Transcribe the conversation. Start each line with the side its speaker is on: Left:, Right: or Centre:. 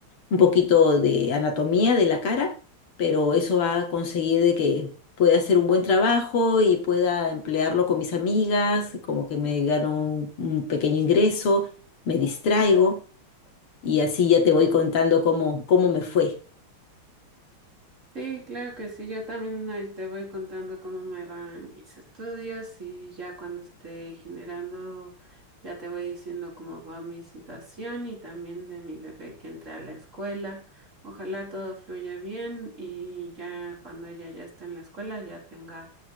Left: un poquito de anatomía de la cara, pero eso va a conseguir de que pueda hacer un buen trabajo y pueda emplearlo con mis amigas, y como que me gano un, un pequeño ingreso, me distraigo y así ya te voy contando cómo, cómo me fue.
Right: Sí, claro que sí. Yo también ahí te voy contando cómo me van mis estudios y ya cuando esté generando, ya te voy diciendo cómo va mi situación y también de mi bebé que entra a la escuela. Ojalá todo fluya bien y ya cuando ella ya esté en la escuela ya tenga